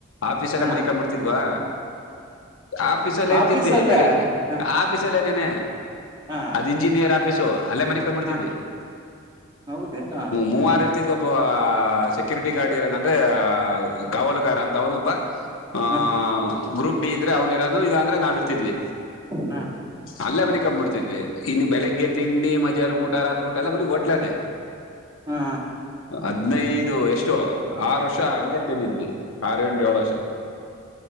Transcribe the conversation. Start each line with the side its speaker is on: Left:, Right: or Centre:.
Left: ಆಫೀಸ್ ಅಲ್ಲೇ
Right: ಹಾ
Left: ಮನಿಕಂಬಿಡ್ತಿದ್ವಾ ಆಫೀಸ್ ಅಲ್ಲೇ ಇರ್ತಿದ್ವಿ
Right: ಆಫೀಸಲ್ಲೇ
Left: ಬೆಳಿಗ್
Right: ಹ
Left: ಆಫೀಸ್ ನೆನೆ
Right: ಹಾ
Left: ಅದ ಇಂಜಿನಿಯರ್ ಆಫೀಸು ಅಲ್ಲೇ ಮನಿಕಂಬಿಡ್ತಿದ್ವಿ
Right: ಹ ಹೌದೇನಾ
Left: ಮೂವಾರ
Right: ಹ
Left: ಇರ್ತಿದ್ ಒಬ್ಬ ಸೆಕ್ಯೂರಿಟಿ ಟಿ ಗಾಡಿ ಇರನ್ ಅಂದ್ರೆ ಕಾವಲುಗಾರ ಅಂತ ಅವನೊಬ್ಬ ಆಹ
Right: ಹ
Left: ಗ್ರೂಪ್ ಡಿ ಇದ್ರೆ ಅವ್ನು ಇರೋನು ಇಲ್ಲ ಅಂದ್ರೆ ನಾವ್ ಇರ್ತಿದ್ವಿ
Right: ಹ
Left: ಅಲ್ಲೇ ಮನಿಕಂಬಿಡ್ತಿದ್ವಿ ಇನ್ನು ಬೆಳಿಗ್ಗೆ ತಿಂಡಿ ಮ ಧ್ಯಾಹ್ನ ಊಟ ರಾತ್ರಿ ಊಟ ಎಲ್ಲ ಬರೀ ಹೋಟ್ಲೇನೇ
Right: ಹಾ
Left: ಹದ್ನೈದು ಎಷ್ಟು ಆರು ವರ್ಷ ಹಂಗೆ ತಿಂದಿದ್ವಿ ಆರು ಎಂಡ ಏಳು ವರ್ಷ